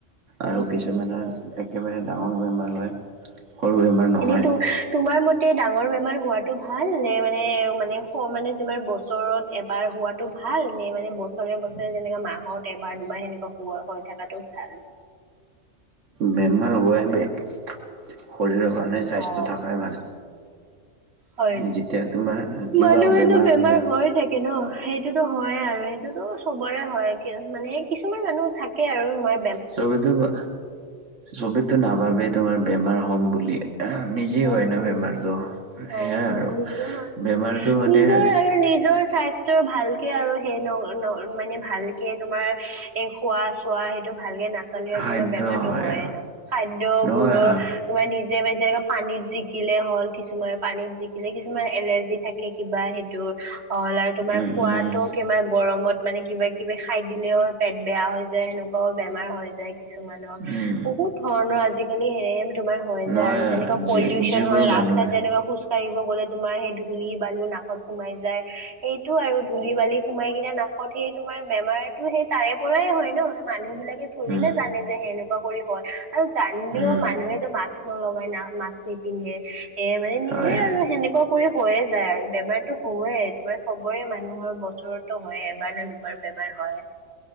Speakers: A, on the right; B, on the right.
A: উম,
B: আৰু কিছুমানৰ
A: উম, হয়,
B: একেবাৰে ডাঙৰ বেমাৰ হয়, সৰু বেমাৰ নহয়
A: এনেইটো, তোমাৰ মত ডাঙৰ বেমাৰ হোৱটো ভাল নে‌, মানে- মানে স মানে যিমান বছৰত এবাৰ হোৱাতো ভাল নে, মানে বছৰে-বছৰে যেনেকা মাহত এবাৰ-দুবাৰ সেনেকা হোৱা হৈ থকাটো ভাল!
B: বেমাৰ হোৱাই বেয়া, শৰীৰৰ কাৰণে স্বাস্থ্য
A: অ
B: থকাই ভাল।
A: হয়,
B: যেতিয়া তোমাৰ কিবা
A: মানুহেতো বেমাৰ
B: হলে
A: হৈ থাকে। এনেও সেইটোতো হয়েই আৰু, সেইটোতো চবৰে হয়, মানে কিছুমান মানুহ থাকে আৰু মাই
B: চবেতো, বা চবেতো নাভাবে তোমাৰ বেমাৰ হ'ম বুলিয়ে। নিজে
A: উম
B: হয় ন
A: উম
B: বেমাৰটো,
A: হয়
B: হেয়াই
A: হয়
B: আৰু,
A: নিজে হয়
B: বেমাৰটো মানে
A: নিজৰ আৰু নিজৰ স্বাস্থ্য ভালকে আৰু সেই ন, ন মানে ভাল কেই তোমাৰ এই খোৱা-চোৱা হেইটো ভালকে নাচ খালী আৰু
B: সাধ্য
A: তোমাৰ বেমাৰতো
B: হয়
A: হয়ে ন! খাদ্যবোৰৰ
B: নহয়
A: তোমাৰ নিজে যেনেকা পানীত জিকিলে হ'ল, কিছুমান পানীত জিকিলে কিছুমান এলাৰ্জি থাকে, কিবা সেইটোৰ। হ'ল আৰু তোমাৰ
B: উম
A: সোৱাদ
B: উম
A: তো কিমান গৰমত মানে কিবা-কিবি খাই দিলেও পেট বেয়া হৈ যায়, সেনেকুৱাও বেমাৰ হৈ যায়। কিছুমানৰ,
B: উম
A: বহুত ধৰণৰ আজিকালি হেয়েম তোমাৰ হৈ
B: নহয়
A: যায় আৰু যেনেকা পলিউচন
B: যি যিবোৰ
A: হয়, ৰাস্তাত
B: মানুহে
A: যেনেকুৱা খুজ কাঢ়িব গ'লে তোমাৰ সেই ধূলি-বালি নাকত সোমাই যায়, সেই সেইটো আৰু ধূলি-বালি সোমাই কিনে নাকত সেই তোমাৰ বেমাৰতো সেই তাৰে পৰাই হয় ন, মানুহ বিলাকে থৰি
B: উম
A: না জানে যে সেনেকুৱা কৰি হয়, আৰু জানিলেও
B: উম
A: মানুহেতো মাস্ক নলগাই না! মাস্ক নিপিন্ধে, এ মানে নিজে
B: হয়
A: আৰু সেনেকুৱা কৈ হৈয়ে যায় আৰু বেমাৰতো হয়ে তোমাৰ চবৰে মানুহৰ বছৰতো হয়ে এবাৰ নে দুবাৰ বেমাৰ হয়